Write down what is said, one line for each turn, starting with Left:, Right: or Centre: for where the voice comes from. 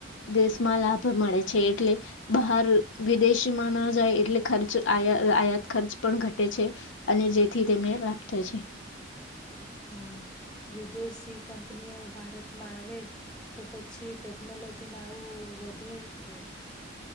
Left: દેશમાં લાભ મળે છે. એટલે બહાર વિદેશમાં ન જાય એટલે ખર્ચયાત. ખર્ચ પણ ઘટે છે. અને જેથી તેમને લાભ થાય છે.
Centre: હા, વિદેશી કંપનીઓ ભારતમાં આવે, તો પછી ટેકનોલોજી ના આવું વધે કે.